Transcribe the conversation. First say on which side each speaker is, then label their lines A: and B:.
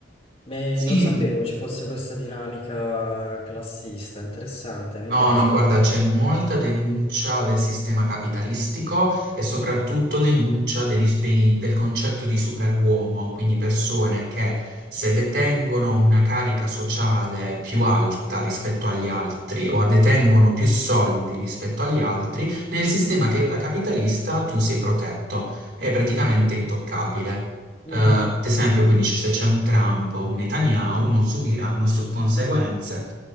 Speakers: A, on the left; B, on the right.
A: Me-
B: Sì,
A: non sapevo ci fosse questa dinamica classista, interessante, mi
B: No,
A: piace.
B: no, guarda, c'è molta denuncia del sistema capitalistico e soprattutto denuncia degli- dei- del concetto di superuomo, quindi persone che se detengono una carica sociale più alta rispetto agli altri o detengono più soldi rispetto agli altri, nel sistema che- eh, capitalista tu sei protetto, è praticamente intoccabile.
A: Mhm,
B: Eh, Mm. ad esempio, quindi se c'è un Trump o un Netanyahu non subiranno so- conseguenze.